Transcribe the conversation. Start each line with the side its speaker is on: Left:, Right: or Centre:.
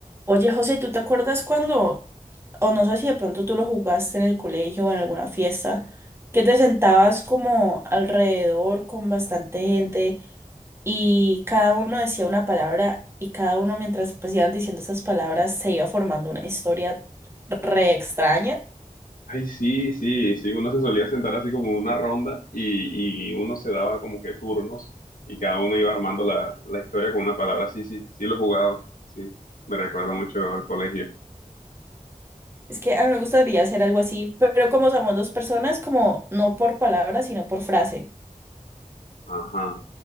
Right: Oye, José, ¿tú te acuerdas cuando, o no sé si de pronto tú lo jugaste en el colegio o en alguna fiesta, que te sentabas como alrededor con bastante gente y cada uno decía una palabra y cada uno mientras pues iban diciendo esas palabras se iba formando una historia re extraña?
Left: Ay, sí, sí, sí, uno se solía sentar así como en una ronda y, y uno se daba como que turnos y cada uno iba armando la, la historia con una palabra. Sí, sí, sí lo he jugado sí, me recuerda mucho al colegio.
Right: Es que a mí me gustaría hacer algo así, pero como somos dos personas, como no por palabra, sino por frase.
Left: Ajá,